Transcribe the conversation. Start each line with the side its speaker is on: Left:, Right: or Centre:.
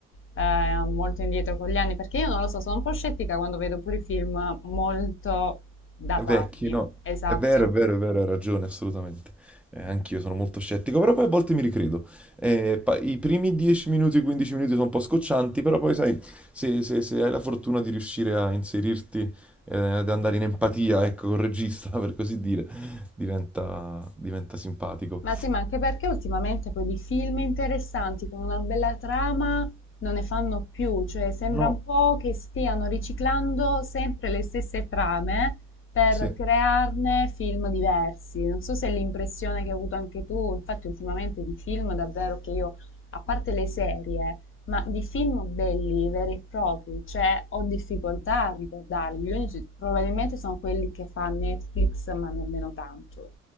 Left: eh, molto indietro con gli anni, perché io non lo so, sono un po' scettica quando vedo pure i film molto datati.
Centre: Vecchi, no?
Left: Esatto.
Centre: È vero, è vero, è vero, hai ragione, assolutamente. Eh, anch'io sono molto scettico, però poi a volte mi ricredo. Eh, pa- i primi 10 minuti, 15 minuti sono un po' scoccianti, però poi sai, se, se- se hai la fortuna di riuscire a inserirti, eh, ad andare in empatia, ecco, col regista, <laughs> per così dire, diventa, diventa simpatico.
Left: Ma sì, ma anche perché ultimamente poi di film interessanti con una bella trama non ne fanno più, cioè sembra
Centre: No.
Left: un po' che stiano riciclando sempre le stesse trame per
Centre: Sì.
Left: crearne film diversi. Non so se è l'impressione che hai avuto anche tu, infatti ultimamente di film davvero che io, a parte le serie, ma di film belli, veri e propri, cioè ho difficoltà a ricordarli. Gli unici probabilmente sono quelli che fa Netflix, ma nemmeno tanto.